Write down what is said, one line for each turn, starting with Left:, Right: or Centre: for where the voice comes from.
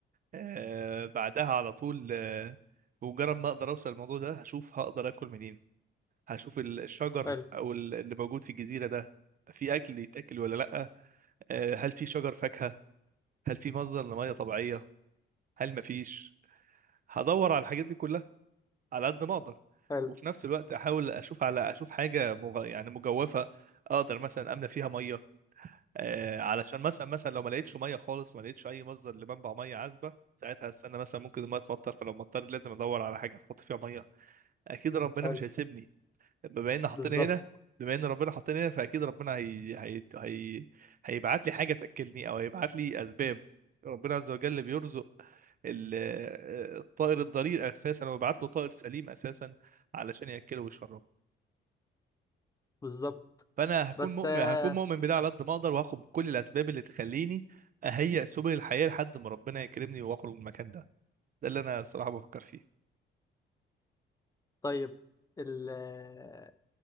Right: آه بعدها على طول آه بمجرد ما اقدر اوصل الموضوع ده هشوف هقدر اكل منين هشوف ال- الشجر
Left: حلو
Right: او ال- اللي موجود في الجزيره ده في اكل يتاكل ولا لا آه، هل في شجر فاكهه هل في مصدر لميه طبيعيه هل مفيش هدور على الحاجات دي كلها على قد ما اقدر
Left: حلو
Right: وفي نفس الوقت احاول اشوف على اشوف حاجه مغ... يعني مجوفه اقدر مثلا املى فيها ميه آه علشان مثلا مثلا لو ما لقيتش ميه خالص ما لقيتش اي مصدر لمنبع ميه عذبه ساعتها هستنى مثلا ممكن الميه تمطر فلو مطر لازم ادور على حاجه تحط فيها ميه اكيد ربنا
Left: حلو
Right: مش هيسيبني بما ان حطيني
Left: بالظبط
Right: هنا بما ان ربنا حطيني هنا فاكيد ربنا هي... هي... هي... هيبعت لي حاجه تاكلني او هيبعت لي اسباب ربنا عز وجل بيرزق ال- الطائر الضرير اساسا ويبعت له طائر سليم اساسا علشان ياكله ويشربه
Left: بالظبط
Right: فانا هكون
Left: بس
Right: مؤمن
Left: آه،
Right: هكون مؤمن بده على قد ما اقدر وهاخد كل الاسباب اللي تخليني اهيئ سبل الحياه لحد ما ربنا يكرمني واخرج من المكان ده ده اللي انا الصراحه بفكر فيه
Left: طيب ال آه،